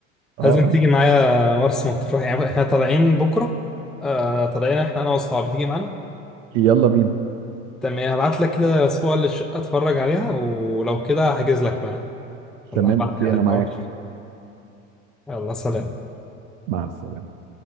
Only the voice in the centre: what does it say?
لازم تيجي معايا مرسى مطروح يعني احنا طالعين بكرة آه طالعين احنا أنا وأصحابي تيجي معانا
تمام يعني هبعت لك كده صور للشقة اتفرج عليها ولو كده هحجز لك بقى والله
هبعتها
لك
هروح يلا سلام